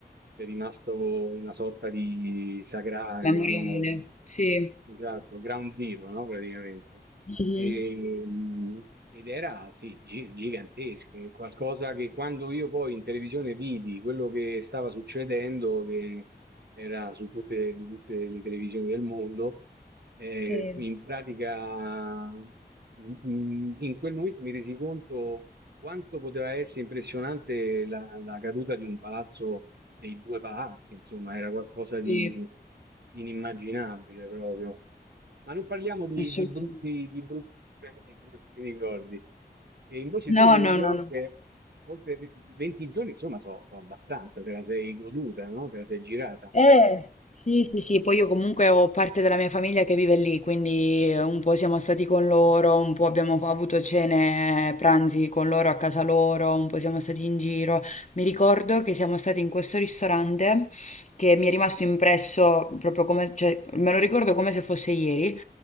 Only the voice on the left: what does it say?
Memoriale.
Sì.
Mhm.
Sì.
Sì,
assolutamente.
No,
no,
no, no.
Eh, sì, sì, sì, poi io comunque ho parte della mia famiglia che vive lì, quindi eh, un po' siamo stati con loro, un po' abbiamo fa- avuto cene, pranzi con loro a casa loro, un po' siamo stati in giro. Mi ricordo che siamo stati in questo ristorante che mi è rimasto impresso proprio come, cioè, me lo ricordo come se fosse ieri,